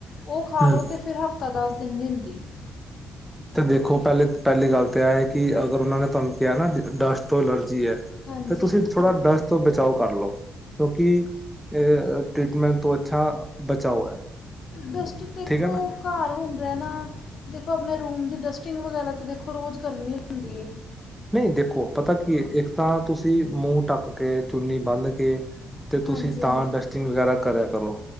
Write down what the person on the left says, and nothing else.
ਉਹ ਖਾ
ਲਓ ਅਤੇ ਫਿਰ ਹਫ਼ਤਾ ਦੱਸ ਦਿਨ ਨਹੀਂ ਹੁੰਦੀ। <inaudible>
ਹਾਂਜੀ
ਡਸਟ ਦੇਖੋ
ਘਰ ਹੁਣ ਰਹਿਣਾ, ਦੇਖੋ ਆਪਣੇ ਰੂਮ ਦੀ ਡਸਟਿੰਗ ਵਗੈਰਾ ਤਾਂ ਦੇਖੋ ਰੋਜ਼, ਕਰਨੀ ਹੁੰਦੀ ਹੈ।
ਹਾਂਜੀ
ਹਾਂਜੀ